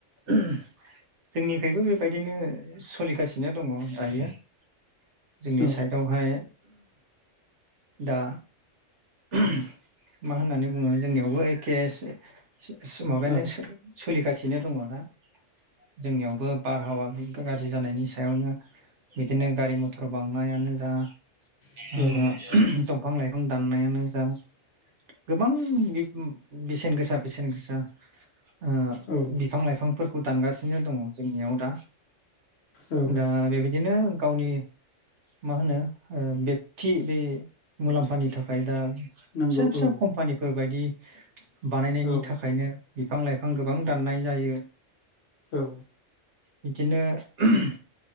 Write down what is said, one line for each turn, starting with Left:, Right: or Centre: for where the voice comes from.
Right: जोंनिखैबो बेबायदिनो सोलिगासिनो दङ दायो। जोंनि
Left: औ
Right: साइडआवहाय दा ओम मा होननानै बुङो जोंनियावबो एखे सो-सो सो माबायानो
Left: औ
Right: सो सलिगासिनो दङ दा जोंनियावबो बारहावा गै गाज्रि जानायनि सायावनो बिदिनो गारि मथर बांनायानो जा
Left: औ
Right: उम ओहम दंफां लाइफां दाननायानो जा गोबां बि बेसेन गोसा बेसेन गोसा ओ
Left: ओं
Right: बिफां लाइफांफोरखौ दानगासिनो दङ जोंनियाव दा
Left: औ
Right: दा बेबायदिनो गावनि मा होनो ओ बेकथि बे मुलाम्फानि थाखाय दा फिसा
Left: नंगौ
Right: फिसा
Left: औ
Right: कम्पानिफोर बायदि बानायनायनि
Left: औ
Right: थाखायनो बिफां लाइफां गोबां दाननाय जायो
Left: औ
Right: बिदिनो ओहम